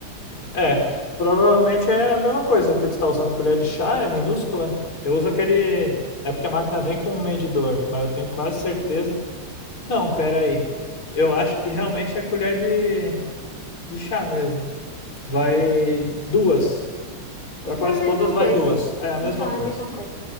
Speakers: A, on the left (about 80°); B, on the left (about 20°).
A: É, provavelmente é a mesma coisa que tu tá usando colher de chá, é minúscula. Eu uso aquele. É porque a máquina vem com um medidor, mas eu tenho quase certeza. Não, pera aí. Eu acho que realmente é colher de, de chá mesmo. Vai duas. Pra
B: Então,
A: quase
B: é a mesma
A: todas
B: coisa.
A: vai duas. É a
B: Então,
A: mesma
B: é
A: coisa.
B: a mesma coisa.